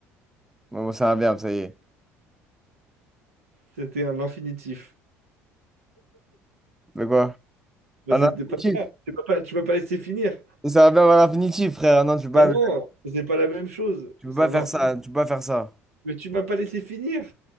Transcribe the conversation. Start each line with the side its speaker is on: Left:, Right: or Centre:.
Centre: Bon, bon, c'est un verbe, ça y est.
Right: C'était un infinitif.
Centre: Mais quoi?
Right: Bah,
Centre: Ah,
Right: c'était
Centre: Un infinitif.
Right: pas ça. Tu m'as pas, tu m'as pas laissé finir.
Centre: C'est un verbe à l'infinitif, frère. Non, tu peux pas,
Right: Ah non, c'est pas la même chose.
Centre: tu peux
Right: C'est
Centre: pas
Right: un
Centre: faire
Right: infinitif.
Centre: ça. Tu peux pas faire ça.
Right: Mais tu m'as pas laissé finir.